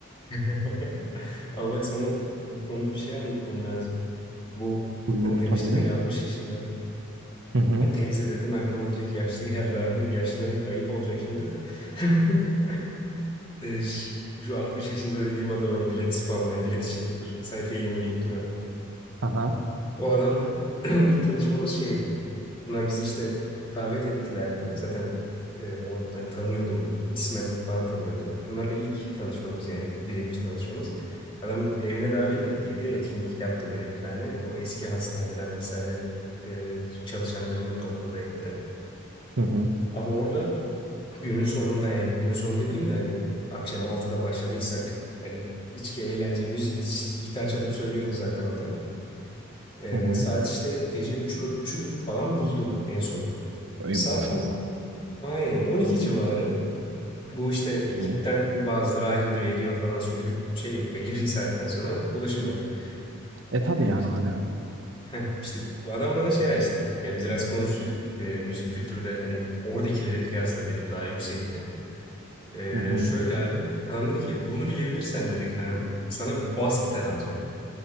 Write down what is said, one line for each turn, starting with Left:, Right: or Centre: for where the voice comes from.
Left: <laughs> Al bak sana bu konuda bir şey anlatmam lazım. Bu
Right: Uyur
Left: e, demiştim
Right: tabii.
Left: yani 60 yaşında.
Right: Hı hı.
Left: Yani teyze dedim aklıma direkt yaşlı geldi abi. Yaşlı demek de ayıp olacak şimdi de. <laughs> E, ş- şu 60 yaşında dediğim adam hani bilet spamlayan, bilet için sayfayı yenileyip duran.
Right: Aha.
Left: O adamla <clears throat> ilk tanışmamız şeydi. Bunlar bizi işte davet ettilerdi. Zaten e, oradan tanıyordum. İsmen falan tanıyordum. Onlarla ilk tanışmamız yani birebir tanışmamız. Adam evine davet ettiydi. Etkinlik yaptı böyle bir tane. O eski hastaneden vesaire e, çalışanlarını topladı etti.
Right: Hı hı.
Left: Abi orada Günün sonunda yani günün sonu dediğim de hani akşam altıda başladıysak hani içki, eğlence, müzik, gitar çalıp söylüyordu zaten o da. Ee,
Right: Hı hı.
Left: saat işte gece üçü üçü falan buldu en sonu.
Right: Ey
Left: Saat
Right: maşallah.
Left: tam aynen 12 civarı. Bu işte ekipten
Right: Hı hı.
Left: bazıları ayrılıyor ediyor falan çünkü şey yok belli bir saatten sonra ulaşım yok.
Right: E tabii
Left: Ee,
Right: yani
Left: bir,
Right: hani.
Left: heh, işte bu adam bana şey açtı. Ya biz biraz konuştuyduk. Ee, müzik kültürü de hani oradakileri kıyasla benim daha yüksekti. Ee,
Right: Hı hı.
Left: şöyle abi. Anam dedi ki bunu bilebilirsen dedi Kaan. Sana bas gitar alacağım.